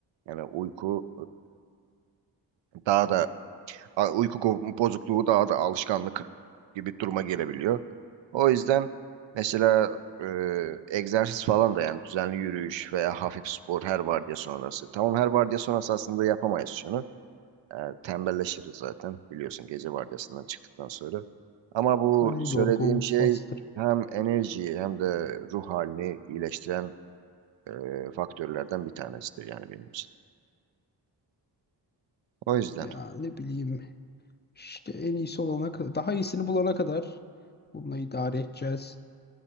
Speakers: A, on the right (about 80°); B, on the left (about 25°).
A: yani uyku e, daha da a- uyku ko- bozukluğu daha da alışkanlık gibi duruma gelebiliyor. O yüzden mesela e, egzersiz falan da yani düzenli yürüyüş veya hafif spor her vardiya sonrası. Tamam her vardiya sonrası aslında yapamayız şunu. E, tembelleşiriz zaten biliyorsun gece vardiyasından çıktıktan sonra. Ama bu
B: Hani
A: söylediğim
B: yorgunluk
A: şey
B: bastırıyor.
A: hem enerjiyi hem de ruh halini iyileştiren e, faktörlerden bir tanesidir yani benim için. O yüzden
B: Ya ne bileyim işte en iyisi olana kadar, daha iyisini bulana kadar bununla idare edeceğiz.